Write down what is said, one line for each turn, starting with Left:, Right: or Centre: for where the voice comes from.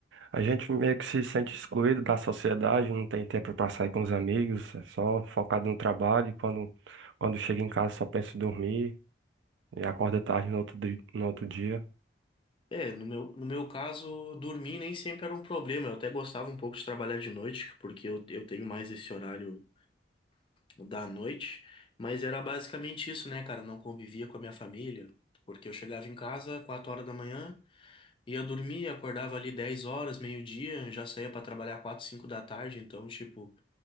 Right: a gente meio que se sente excluído da sociedade, não tem tempo pra sair com os amigos, é só focado no trabalho. Quando, quando chega em casa, só pensa em dormir e acorda tarde no outro, di- no outro dia.
Left: É, no meu, no meu caso, dormir nem sempre era um problema. Eu até gostava um pouco de trabalhar de noite, porque eu, eu tenho mais esse horário da noite, mas era basicamente isso, né, cara? Não convivia com a minha família, porque eu chegava em casa quatro horas da manhã, ia dormir, acordava ali 10 horas, meio-dia, já saía pra trabalhar quatro cinco da tarde, então, tipo,